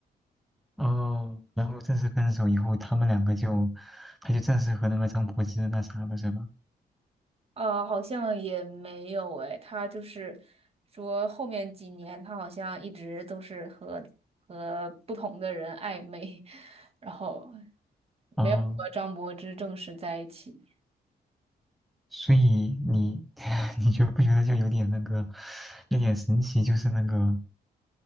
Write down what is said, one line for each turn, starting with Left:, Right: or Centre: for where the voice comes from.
Centre: 哦，然后正式分手以后，他们两个就，他就正式和那个张柏芝那啥了，是吧？
Right: 呃，好像也没有诶，他就是说后面几年他好像一直都是和和不同的人暧昧，<laughs> 然后
Centre: 哦，
Right: 没有和张柏芝正式在一起。
Centre: 所以你 <laughs> 你觉不觉得就有点那个，有点神奇？就是那个